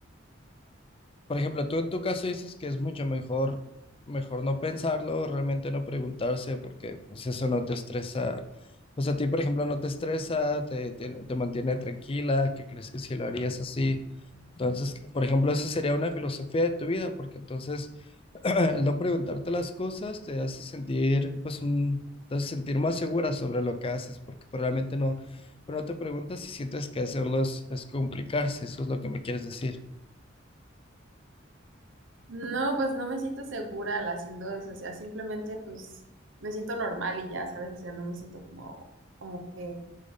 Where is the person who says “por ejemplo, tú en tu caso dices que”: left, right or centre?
Left